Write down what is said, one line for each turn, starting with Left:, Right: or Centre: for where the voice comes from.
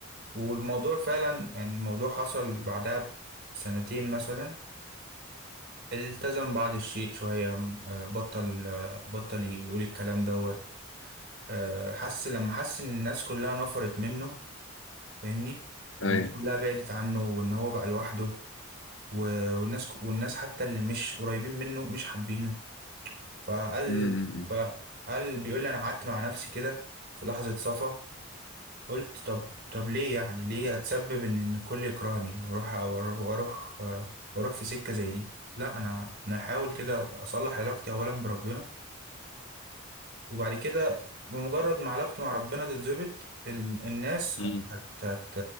Right: والموضوع فعلا يعني الموضوع حصل بعدها بسنتين مثلا التزم بعض الشيء شوية آه، بطل آه، بطل يقول الكلام دوت آه، حس لما حس إن الناس كلها نفرت منه فاهمني
Left: ايوه
Right: والناس كلها بعدت عنه وإن هو بقى لوحده و- والناس والناس حتى اللي مش قريبين منه مش حابينه فقال
Left: امم امم
Right: فقال بيقول لي أنا قعدت مع نفسي كده في لحظة صفا قلت طب طب ليه يعني ليه اتسبب ان ان الكل يكرهني واروح واروح واروح آه، واروح في سكه زي دي لا انا انا هحاول كده اصلح علاقتي اولا بربنا وبعد كده بمجرد ما علاقتي مع ربنا تتظبط ال- الناس
Left: أمم.
Right: هت هت هت